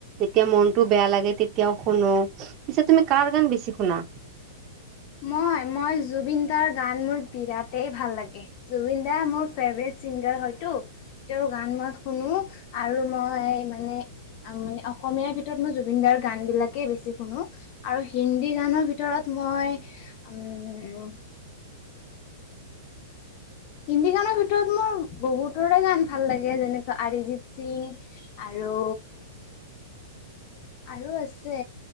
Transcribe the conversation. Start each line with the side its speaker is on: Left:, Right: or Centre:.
Right: যেতিয়া মনটো বেয়া লাগে তেতিয়াও শুনো, পিছে তুমি কাৰ গান বেছি শুনা?
Left: মই মই জুবিন দাৰ গান মোৰ বিৰাটেই ভাল লাগে। জুবিন দা মোৰ ফেভৰেট ছিংগাৰ হয়তো। তেওঁৰ গান মই শুনো আৰু মই মানে মানে অসমীয়াৰ ভিতৰত মই জুবিন দাৰ গান বিলাকেই বেছি শুনো। আৰু হিন্দী গানৰ ভিতৰত মই উম হিন্দী গানৰ ভিতৰত মোৰ বহুতৰে গান ভাল লাগে যেনেকা অৰিজিত সিং আৰু আৰু আছে